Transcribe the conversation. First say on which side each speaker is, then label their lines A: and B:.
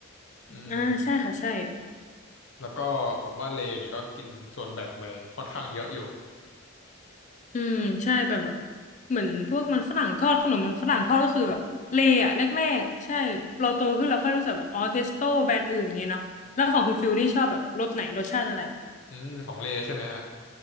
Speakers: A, on the left; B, on the left.
A: อืม
B: อ่าใช่ค่ะใช่
A: แล้วก็ผมว่าเลเนี่ยก็กินส่วนแบ่งไปค่อนข้างเยอะอยู่
B: อืมใช่แบบแบบเหมือนพวกมันฝรั่งทอดขนมมันฝรั่งทอดก็คือแบบเลอะแรกๆใช่เราโตขึ้นเราค่อยรู้จักแบบอ๋อเทสโต้แบรนด์อื่นอย่างเงี้ยเนาะแล้วของคุณฟิลนี่ชอบแบบรสไหนรสชาติอะไร
A: อืมของเลใช่ไหมฮะ